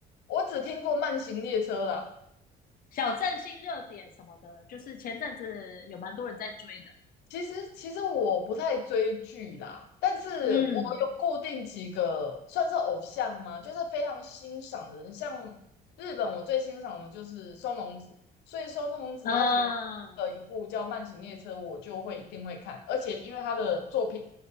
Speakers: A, on the left; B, on the left.
A: 我只听过慢行列车啦，
B: 小镇新热点什么的，就是前阵子有蛮多人在追的。
A: 其实其实我不太追剧啦，但是我有固定几个算是偶像吗？
B: 嗯
A: 就是非常欣赏的人，像日本我最欣赏的就是松隆子，所以松隆子他只要
B: 嗯，
A: 呃一部叫《慢行列车》，我就会一定会看，而且因为他的作品